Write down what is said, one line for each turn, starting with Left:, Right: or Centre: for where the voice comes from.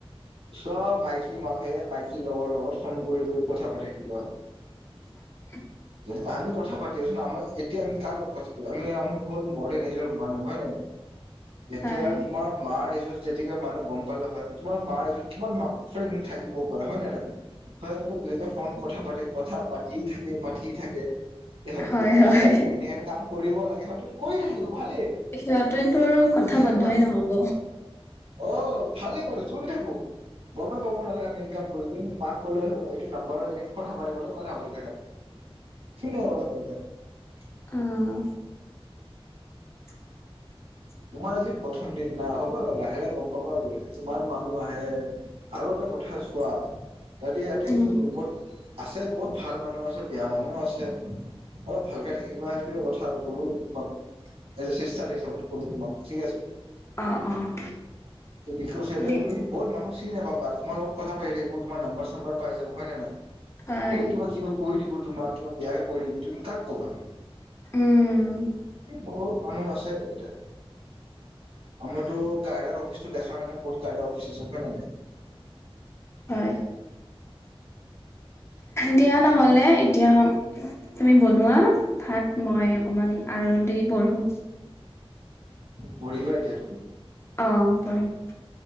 Right: চব মাইকী মানুহে মাইকীৰ লগৰ লগত ফোন কৰি কৰি কথা পাতি দিলে।
Left: <inaudible>
Right: যদি ত আমি কথা পাত দিয়চোন আমাৰ এতিয়া আমি কাৰ লগত কথা <unintelligible> আমি আমি হ'ল মডেৰণ এজৰ মানুহ হয় নে নাই? এতিয়া
Left: তাই
Right: তোমাৰ মাৰ এ জো যেতিকা মানুহ গম পালে হয়, তোমাৰ মা এইটোত তোমাৰ মা ফ্ৰেণ্ড থাকিবও পাৰা হয় নে নাই? হয় এইটো যেতিয়া ফন কথা পাতে, কথা পাতি থাকে, পাতি থাকে সিহঁতে
Left: হয়,
Right: বোলো বুজাই
Left: হয়
Right: দিও এনে এনে কাম কৰিব লাগে সিহঁত কৰি থাকিব। ভালে,
Left: সিহঁতেতো আৰু কথা
Right: এ দিয়া
Left: বন্ধই
Right: আপোনা,
Left: নহ'ব।
Right: অ ভালে বাৰু শুনি থাকো, গমে পাব নালাগে ইনকাম কৰোঁতে, মাক <unintelligible> নাম্বাৰৰ এনেকে কথা পাতিবলৈ কথা পাতি থাকাতো। <unintelligible>
Left: আহ। <inaudible>
Right: তোমাৰ আজি প্ৰথম দিন না হ'ব লাহে লাহে গম পাবা আৰু ইটো কিমান মানুহ আহে আৰু এ পঠাই‌‌ চোৱা‌ ইয়াতে ইয়াতে
Left: উম।
Right: গ্ৰুপত। আছে বহুত ভাল মানুহ আছে বেয়া মানুহ আছে। অলপ ভালকে থাকিবা সেইটোৱে কথা আৰু ক'লো তোমাক এজে চিচটাৰ হিচাপে ক'লো তোমাক ঠিক আছে।
Left: অ', অ'।
Right: <unintelligible>
Left: দি
Right: তুমি বহুত মানুহ চিনি নাপাবা তোমাৰ লগত কথা পাতি থাকিব তোমাৰ নম্বৰ প্ৰথম বাৰ পায় যাব হয় নে নাই
Left: হয়,
Right: এতিয়া কিবা কিবা কৈ দিব তোমাক তোমাক বেয়াকে কৈ দিব তুমি কাক ক'বা
Left: উম,
Right: বহুত মানুহ আছে ইয়াতে আমাৰটো কায়াৰৰ অফিচটো দেখা নাই ন ক'ত কায়ৰাৰ অফিচ আছে হয় না নাই
Left: হয়। দিয়া নহলে এতিয়া তুমি বনোৱা ভাত মই অকণমান আৰল দি পঢ়োঁ।
Right: পঢ়িবা এতিয়া তুমি।
Left: অ পঢ়িম।